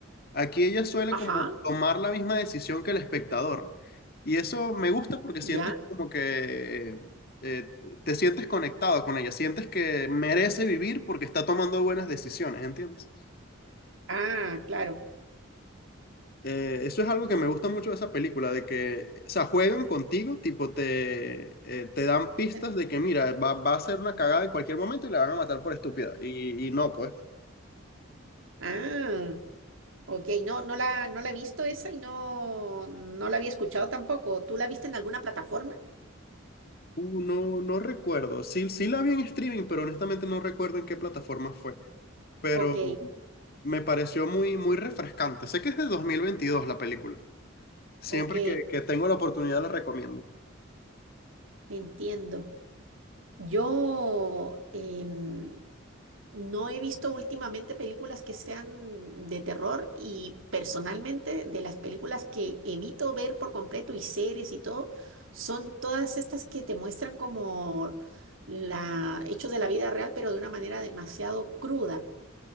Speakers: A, on the left; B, on the right.
A: aquí ella suele
B: Ajá,
A: como tomar la misma decisión que el espectador. Y eso me gusta porque
B: ya.
A: sientes como que eh, te sientes conectado con ella, sientes que merece vivir porque está tomando buenas decisiones, ¿entiendes?
B: Ah, claro.
A: Eh, eso es algo que me gusta mucho de esa película, de que, o sea, juegan contigo, tipo, te, eh, te dan pistas
B: Ajá.
A: de que, mira, va, va a ser una cagada en cualquier momento y la van a matar por estúpida. Y, y no, pues,
B: Ah, ok, no, no la, no la he visto esa y no, no la había escuchado tampoco. ¿Tú la viste en alguna plataforma?
A: Uh, no, no recuerdo. Sí, sí la vi en streaming, pero honestamente no recuerdo en qué plataforma fue. Pero
B: Ok,
A: me pareció muy, muy refrescante. Sé que es de 2022 la película. Siempre
B: ok,
A: que, que tengo la oportunidad la recomiendo.
B: entiendo. Yo, em, No he visto últimamente películas que sean de terror y personalmente de las películas que evito ver por completo y series y todo, son todas estas que te muestran como la, hechos de la vida real, pero de una manera demasiado cruda